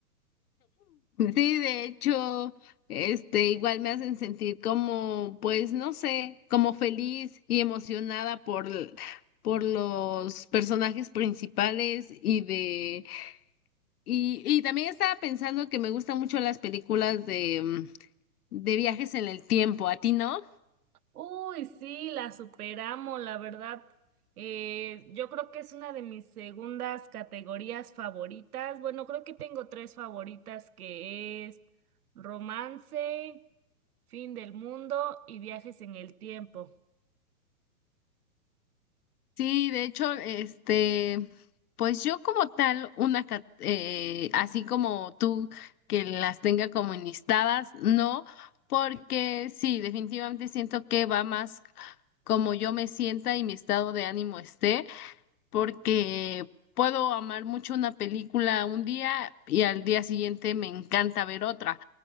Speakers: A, on the left; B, on the right.
A: Sí, de hecho, este, igual me hacen sentir como, pues, no sé, como feliz y emocionada por, l- por los personajes principales y de, y, y también estaba pensando que me gustan mucho las películas de, mm, de viajes en el tiempo. ¿A ti no?
B: Uy, sí, la superamos, la verdad. Eh, yo creo que es una de mis segundas categorías favoritas. Bueno, creo que tengo tres favoritas que es romance, fin del mundo y viajes en el tiempo.
A: Sí, de hecho, este, pues yo como tal, una, ca- eh, así como tú que las tenga como enlistadas, no, porque sí, definitivamente siento que va más como yo me sienta y mi estado de ánimo esté, porque puedo amar mucho una película un día y al día siguiente me encanta ver otra.